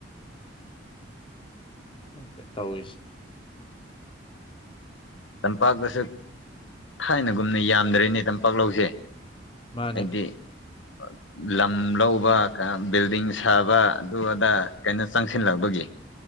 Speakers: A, on the left; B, on the left.
A: ꯈꯪꯗ‌ꯦ ꯇꯧꯋꯤꯁ
B: ꯇꯝꯄꯥꯛꯇꯁꯨ ꯊꯥꯏꯅꯒꯨꯝꯅ ꯌꯥꯝꯗ꯭ꯔꯦꯅꯦ ꯇꯝꯄꯥꯛ ꯂꯧꯁꯦ
A: ꯃꯥꯅꯦ
B: ꯍꯥꯏꯗꯤ ꯑ ꯂꯝ ꯂꯧꯕ ꯕꯤꯜꯗꯤꯡ ꯁꯥꯕ ꯑꯗꯨ ꯑꯗꯥ ꯀꯩꯅꯣ ꯆꯪꯁꯤꯜꯂꯛꯄꯒꯤ